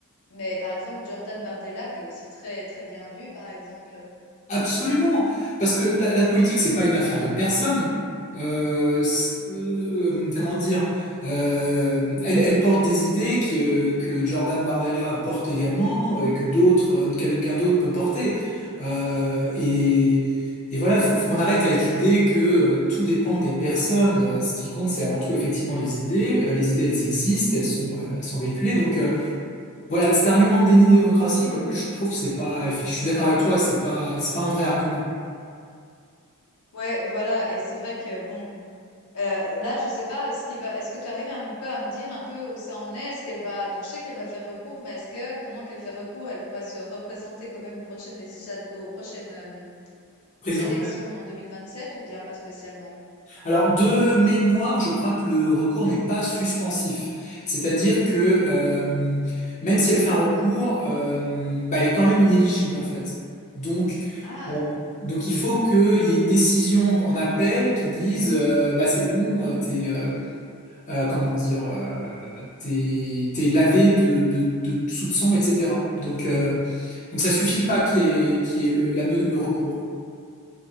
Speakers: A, on the left (about 85°); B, on the left (about 35°).
A: mais par exemple, Jordan Bardella, qui est aussi très, très bien vu, par exemple.
B: Absolument, parce que la, la politique, c'est pas une affaire de personne. Euh, c'est- euh, euh, comment dire, euh, elle, elle porte des idées que, que Jordan Bardella porte également euh, et que d'autres, un- quelqu'un d'autre peut porter. Euh, et, et voilà, faut, faut qu'on arrête avec l'idée que euh, tout dépend des personnes. Euh, Ce qui compte, c'est avant tout effectivement les idées. Euh, les idées, elles existent, elles sont, euh, elles sont véhiculées. Donc euh, voilà, cet argument de déni de démocratie, moi, moi je trouve que c'est pas, effi- je suis d'accord avec toi, c'est pas, c'est pas un vrai argument
A: Ouais, voilà. Et c'est vrai que, bon, Heu, là, je sais pas ce qui va est-ce que tu arrives un peu à me dire un peu où ça en est? Est-ce qu'elle va donc je sais qu'elle va faire recours, mais est-ce que pendant qu'elle fait recours, elle pourrait se représenter quand même aux prochaines législa aux prochaines, hem,
B: présidentiel.
A: élections en 2027 ou bien pas spécialement?
B: Alors de mémoire, je crois que le recours n'est pas suspensif, c'est-à-dire que euh, même si elle fait un recours, euh, bah, elle est quand même inéligible en fait. Donc
A: Ah,
B: euh, donc il faut qu'il y ait une décision en appel qui dise euh, bah c'est bon, euh, t'es euh, euh, comment dire, euh, t'es t'es lavé de de, de soupçons, etc. Donc euh, Donc ça suffit pas qu'il y ait, qu'il y ait le, la me- le recours.